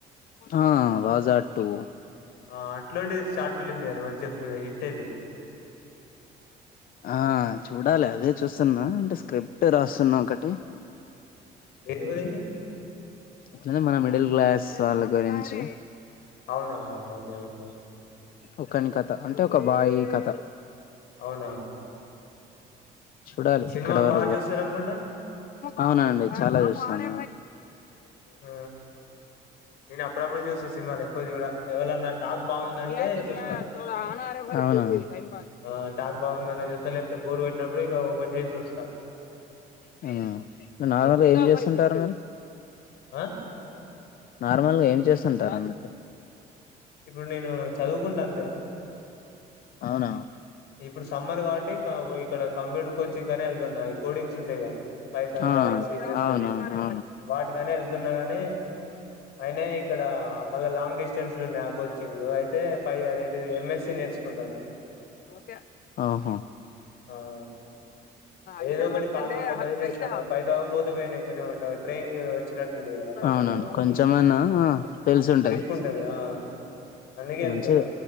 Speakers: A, on the left; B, on the left.
A: ఆ వాజా టూ
B: ఆ అట్లాంటిది షార్ట్ ఫిలిమ్ తీయండి మంచిగా హిట్ ఐతది.
A: ఆ చూడాలి అదే చూస్తున్నా అంటే స్క్రిప్ట్ రాస్తున్నా ఒకటి.
B: దేని గురించి?
A: ఇట్లానే మన మిడిల్ క్లాస్ వాళ్ళ గురించి.
B: అవునా! ఓకే ఓకే
A: ఒకని కథ. అంటే, ఒక బాయి కథ.
B: అవునా!
A: చూడాలి
B: సినిమాలు
A: ఇక్కడ <inaudible> వేల్.
B: బాగా చూస్తారు అనుకుంటా
A: అవునండి చాలా చూస్తాను.
B: ఆ నేను అప్పుడప్పుడు చూస్తా సినిమాలు ఎక్కువ చూడ ఎవరన్నా టాక్ బాగుందంటే
A: <unintelligible> <unintelligible>
B: చూస్తా
A: అవున
B: ఆ టాక్ బాగుంద అ చస్తా లేప్తే బోరు కొట్టినప్పుడు ఇక ఓపెన్ చేసి చూస్తా
A: <unintelligible> నార్మల్గా ఏం చేస్తుంటారా, మీరు?
B: ఆ
A: నార్మల్గా ఏం చేస్తుంటారు అన్నట్టు?
B: ఇప్పుడు నేను చదువుకుంటా అంతే
A: అవున
B: ఇప్పుడు సమ్మర్ కాబట్టి ఇక ఇక్కడ కంప్యూటర్ కోచింగ్ అని వెళ్తున్న. కోడింగ్స్ ఉంటాయిగ పైథాన్,
A: ఆ
B: జావా, సీ ప్లస్
A: అవును
B: ప్లస్
A: అవును
B: వాటికనే వెళ్తున్నా కాని, అయిన ఇక్కడ మళ్ళా లాంగ్ డిస్టెన్స్లు ఉన్నాయి ఆ కోచింగ్లు అయితే పై అదేంటిది ఎంఎస్సి నేర్చుకుంటున్న
A: ఒకే ఆహా
B: ఆ ఏదో
A: ఐస
B: ఒకటి
A: రాతు
B: ఖాళీగా ఉండద్దని
A: హవిైస
B: చేస్తాను ఫైవ్ థౌసండ్ పోతే పోయినాయి కొంచెం ట్రైనింగ్ వచ్చినట్టుంటది కదా కంప్యూటర్
A: అవునను కొంచెమ అన్నా తెలిసు ఉంటది
B: గ్రిప్ ఆ అందుకే వెళ్తున్నా
A: మంచిద